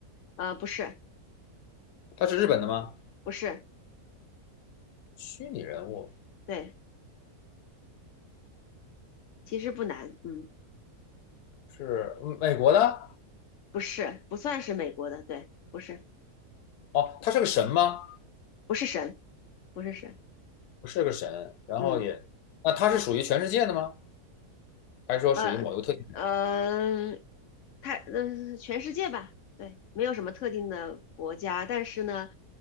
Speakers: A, on the left (about 65°); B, on the left (about 85°).
A: 呃，不是，
B: 他是日本的吗？
A: 不是，
B: 虚拟人物
A: 对，其实不难。嗯，
B: 是美国的？
A: 不是，不算是美国的，对，不是，
B: 哦，他是个神吗？
A: 不是神，不是神。
B: 不是个神，然后也，
A: 嗯，
B: 那他是属于全世界的吗？还是说属于某一个特定的？
A: 呃呃，他，呃全世界吧，对，没有什么特定的国家，但是呢，